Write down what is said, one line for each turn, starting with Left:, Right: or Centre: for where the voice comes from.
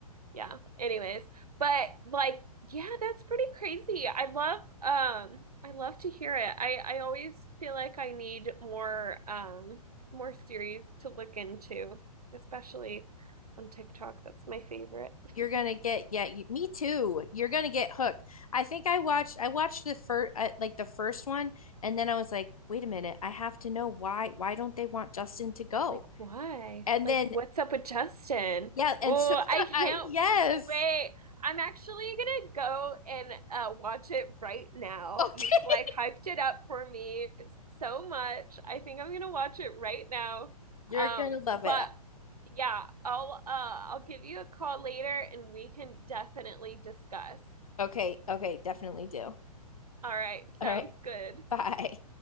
Right: yeah, anyways. But like, yeah, that's pretty crazy. I love um I love to hear it. I I always feel like I need more um more series to look into, especially on TikTok. That's my favorite. <laughs>
Left: you're gonna get yeah you, me too you're gonna get hooked i think i watched i watched the first uh, like the first one and then i was like wait a minute i have to know why why don't they want justin to go
Right: Like, why?
Left: and
Right: Like,
Left: then
Right: what's up with Justin?
Left: yeah and
Right: Oh,
Left: so
Right: I
Left: <laughs>
Right: can't
Left: i yes
Right: wait. I'm actually gonna go and uh, watch it right now.
Left: okay
Right: You've like hyped it up for me so much. I think I'm gonna watch it right now.
Left: you're
Right: Um,
Left: gonna love
Right: but
Left: it
Right: yeah, I'll uh I'll give you a call later and we can definitely discuss.
Left: okay okay definitely do
Right: All right, sounds
Left: all right
Right: good.
Left: bye